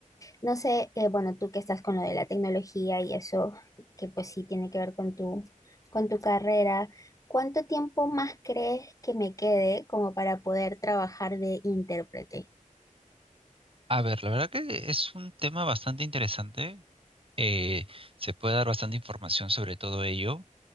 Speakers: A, on the left; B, on the right.
A: no sé, eh, bueno, tú que estás con lo de la tecnología y eso, que pues sí tiene que ver con tu, con tu carrera, ¿cuánto tiempo más crees que me quede como para poder trabajar de intérprete?
B: A ver, la verdad que es un tema bastante interesante. eh, se puede dar bastante información sobre todo ello,